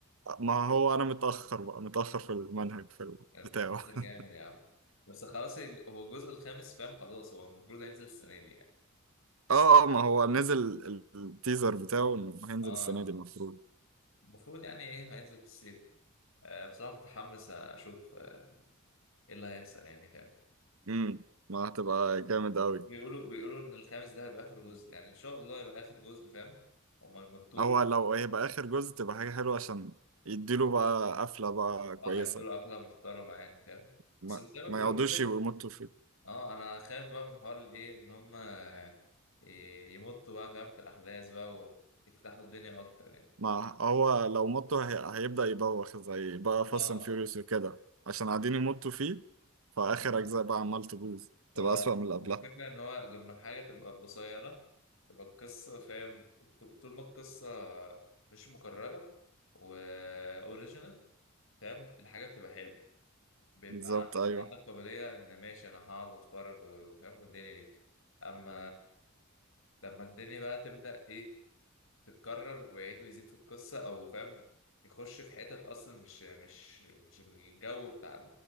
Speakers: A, on the right; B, on the left.
A: ما هو انا متاخر بقى متاخر في المنهج في ال-
B: انت
A: بتاعه
B: مقدر جامد
A: <laughs>
B: يا عم بس خلاص الج- هو الجزء الخامس فاهم خلاص هو المفروض هينزل السنه دي يعني بس-
A: اه اه ما هو نزل ال- التيزر بتاعه انه هينزل
B: اه
A: السنه دي المفروض
B: المفروض يعني ايه هينزل في الصيف آه بصراحه متحمس اشوف آه، ايه اللي هيحصل يعني فاهم
A: امم ما هتبقى جامد قوي
B: بيقولوا بيقولوا ان الخامس ده هيبقى اخر جزء يعني ان شاء الله هيبقى اخر جزء فاهم وما يمطوش
A: هو
B: بقى
A: لو هيبقى اخر جزء تبقى حاجه حلوه عشان يديله بقى قفله بقى كويسه
B: اه هيدوا قفله محترمه يعني فاهم
A: ما
B: بس زي ما
A: ما
B: بيقولوا
A: يقعدوش
B: كده
A: يمطوا فيه
B: اه انا خايف بقى من حوار الايه ان هم آه، ي- يمطوا بقى فاهم في الاحداث بقى ويفتحوا الدنيا اكتر يعني
A: ما هو لو مطوا هي... هيبدا يبوخ زي بقى فاست
B: اه
A: اند فيوريوس وكده عشان قاعدين يمطوا فيه فاخر
B: آه.
A: اجزاء بقى عمال تبوظ
B: هو
A: تبقى اسوأ من اللي قبلها
B: هو الفكرة إن هو لما الحاجة تبقى قصيرة تبقى القصة فاهم ط- طول ما القصة مش مكررة وأوريجينال فاهم الحاجة بتبقى حلوة بيبقى
A: بالظبط
B: عندك
A: ايوه
B: عندك قابلية إن ماشي أنا هقعد وأتفرج وفاهم والدنيا دي أما لما الدنيا بقى تبدأ إيه تتكرر ويعيد ويزيد في القصة أو فاهم يخش في حتت أصلا مش مش مش الجو بتاع